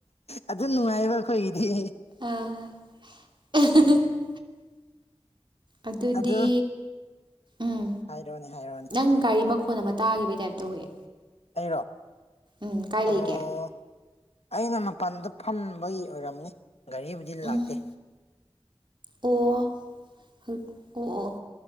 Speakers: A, on the left; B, on the right.
A: ꯑꯗꯨ ꯅꯨꯡꯉꯥꯏꯕ ꯑꯩꯈꯣꯏꯒꯤꯗꯤ
B: ꯑꯥ <unintelligible> ꯑꯗꯨꯗꯤ
A: ꯑꯗꯨ
B: ꯎꯝ
A: ꯍꯥꯏꯔꯣꯅꯦ ꯍꯥꯏꯔꯣꯅꯦ
B: ꯅꯪ ꯒꯥꯔꯤ ꯃꯈꯣꯟꯜ ꯑꯃ ꯇꯥꯈꯤꯕꯒꯤ ꯇꯥꯏꯞꯇꯧꯏꯦ
A: ꯑꯩꯔꯣ
B: ꯎꯝ ꯀꯥꯏ ꯂꯩꯒꯦ
A: ꯑꯣ ꯑꯩꯅ ꯃꯄꯥꯟꯗ ꯐꯝꯕꯒꯤ ꯑꯣꯏꯔꯝꯅꯤ ꯒꯥꯔꯤꯕꯨꯗꯤ
B: ꯎꯝ
A: ꯂꯥꯛꯇꯦ
B: ꯑꯣ ꯑꯣ ꯑꯣ